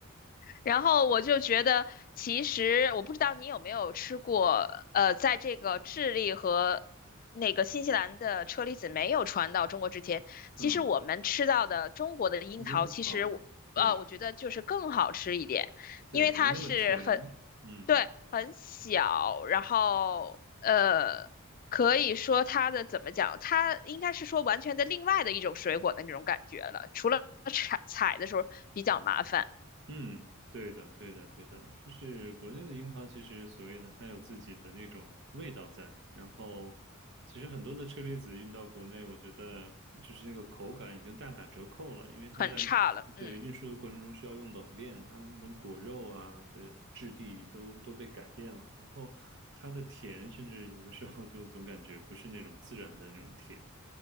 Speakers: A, on the left (about 40°); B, on the right (about 55°).
A: 然后我就觉得，其实我不知道你有没有吃过，呃，在这个智利和那个新西兰的车厘子没有传到中国之前，其实我们吃到的中国的樱桃，
B: 嗯，樱桃，
A: 其实我呃，
B: 对
A: 我觉得就是更好吃一点，
B: 对，
A: 因为它是很
B: 没那么甜。嗯。
A: 对，很小，然后呃，可以说它的怎么讲，它应该是说完全的另外的一种水果的那种感觉了，除了采采的时候比较麻烦，
B: 嗯，对的，对的，对的，就是国内的樱桃，其实所谓的它有自己的那种味道在，然后其实很多的车厘子运到国内，我觉得就是那个口感已经大打折扣了，因为它在对运输的过程中需要用冷链，
A: 很差了，嗯，
B: 它的那种果肉啊的质地都都被改变了，然后它的甜，甚至有的时候就总感觉不是那种自然的那种甜，